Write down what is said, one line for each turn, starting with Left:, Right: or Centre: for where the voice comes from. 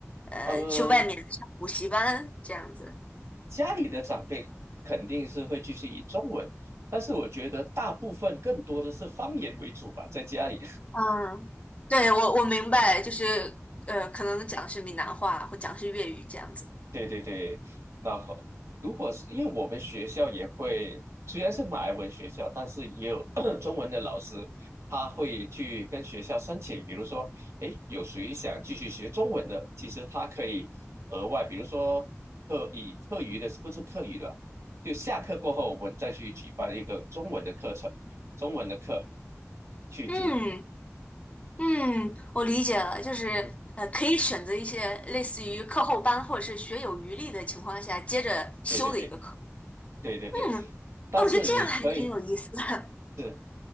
Left: 呃去外面上补习班这样子？
Right: 呃，家里的长辈肯定是会继续以中文，但是我觉得大部分更多的是方言为主吧，在家里。
Left: 嗯，对，我我明白，就是呃，可能讲是闽南话或讲是粤语这样子。
Right: 对对对，那好，如果是因为我们学校也会，虽然是马来文学校，但是也有 <coughs> <clears throat> 中文的老师，他会去跟学校申请，比如说，诶，有谁想继续学中文的，其实他可以额外，比如说课以课余的，不是课余的，就下课过后，我们再去举办一个中文的课程，中文的课去就读。
Left: 嗯嗯，我理解了，就是呃，
Right: <laughs> 嗯
Left: 可以选择一些类似于课后班或者是学有余力的情况下接着修的一个课。
Right: 对对对对对对，
Left: 嗯，
Right: 但是你可以。
Left: 哦，我觉得这样还挺有意思的。
Right: 是，